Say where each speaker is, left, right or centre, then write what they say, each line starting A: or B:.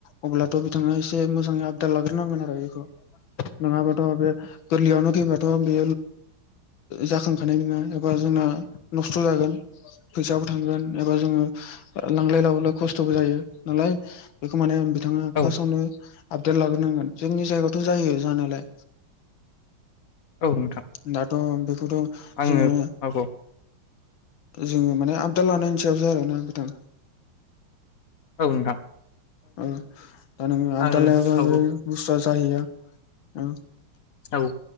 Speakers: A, on the left; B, on the left.
A: अब्लाथ' बिथाङा एसे मोजाङै आपडाट लाग्रोनांगोन आरो बेखौ नङा बाथ' बे गैरलैयावनो थैबाथ' बे जाखांखानाय नङा एबा जोंना नस्थ' जागोन फैसाबो थांगोन एबा जोङो लांलाय लाबोलाय खस्थ'बो जायो नालाय बेखौ माने बिथाङा
B: औ
A: फार्स्टआवनो आपडाल लाग्रोनांगोन जोंनि जायगायावथ' जायो जानायालाय
B: औ नोंथां
A: दाथ' बेखौथ'
B: आङो
A: जोङो
B: औ औ
A: जोङो माने आबदाल लानायनि सायावसो आरोना नोंथां
B: औ नोंथां
A: उम दा नोङो आबदाव
B: आङो
A: लायाबा
B: औ
A: बे
B: औ
A: बुस्थुआ जाहैया उम
B: औ